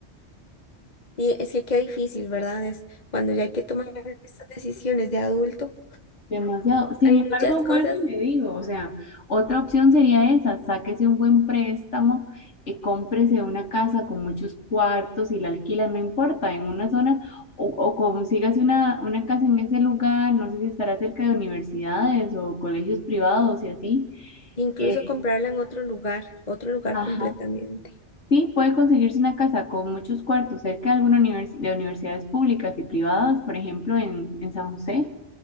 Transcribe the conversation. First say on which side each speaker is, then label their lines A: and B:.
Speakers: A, on the left; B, on the left.
A: Y es que qué difícil, ¿verdad? Es cuando ya hay que tomar estas decisiones de adulto,
B: Demasiado. Sin
A: hay
B: embargo,
A: muchas cosas
B: vuelvo y le digo, o sea, otra opción sería esa, sáquese un buen préstamo, y cómprese una casa con muchos cuartos y la alquila, no importa, en una zona, o, o consígase una, una casa en ese lugar, no sé si estará cerca de universidades o colegios privados y así.
A: Incluso
B: Eh,
A: comprarla en otro lugar, otro lugar
B: ajá.
A: completamente.
B: Sí, puede conseguirse una casa con muchos cuartos cerca de alguna univers- de universidades públicas y privadas, por ejemplo, en, en San José.